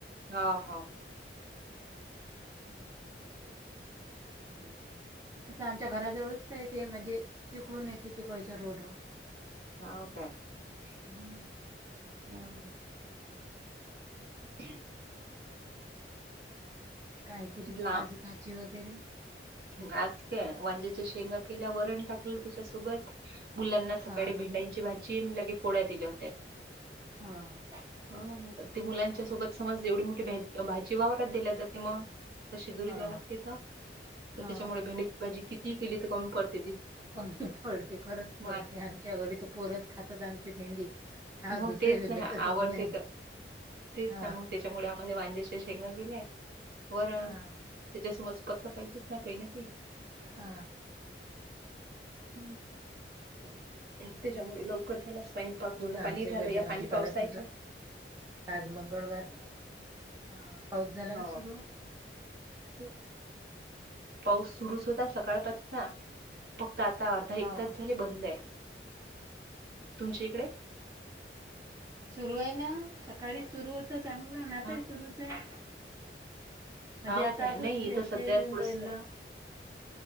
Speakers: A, on the right; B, on the right.
A: हा हा.
B: हा
A: हम्म.
B: इथं तर आमच्या घराजवळच आहे ते म्हणजे तिकडून येते तिकडच्या रोड वर
A: हो काय?
B: हम्म.
A: हा हा
B: <inaudible>
A: ह
B: काय केली मग
A: लांब
B: आज भाजी वगैरे?
A: आज काय वांज्याच्या शेंगा केल्या वरण टाकलं तिच्यासोबत मुलांना सकाळी
B: हा
A: भेंडईंची भाजी लगे पोळ्या दिल्या होत्या
B: हा
A: ह ते मुलांच्या सोबत समज एवढी मोठी भाजी वावरात दिल्या जाते मग आता शिदोरी
B: हा
A: द्यावि लागते त्याच्यामुळे
B: हा
A: भेंडीची भाजी किती केली तर कमी पडते ती
B: कमी पडते खरंच
A: मग
B: पडते
A: आ-
B: आमच्या घरी तो पोरच खातात आमची भेंडी हा
A: मग
B: दुसऱ्याला
A: तेच नाही
B: भेटतच
A: आवडते
B: नाही
A: तर तेच
B: हा
A: ना मग त्याच्यामुळे आम्हाला वांज्याचे शेंग गेलेय वरण
B: हा
A: त्याच्यासमज पतलं पाहिजेच नाही पहिलं ते
B: हा.
A: हम्म <unintelligible>
B: क <unintelligible>
A: त्याच्यामुळे लवकर झाला, स्वयंपाक जुनं
B: आमच्या
A: पाणी झालं,
B: घर
A: या
B: भाजीपाला
A: पाणी पावसाचे.
B: संपला आज मंगळवार हा पाऊस झाला
A: हो
B: ना सुरू.
A: <unintelligible> पाऊस सुरूच होता सकाळ पाचचा फक्त आता, अर्धा
B: हा
A: एक तच झाली बंद आहे. तुमच्या इकडे.
B: सुरू आहे ना सकाळी सुरू होत, चांगलं आताही
A: हा
B: सुरूच आहे. म्हणजे
A: हा
B: आता
A: का
B: असंच
A: नाही इथं
B: थेंब
A: सध्या
B: थेंब
A: थोडस.
B: येऊन राहिलं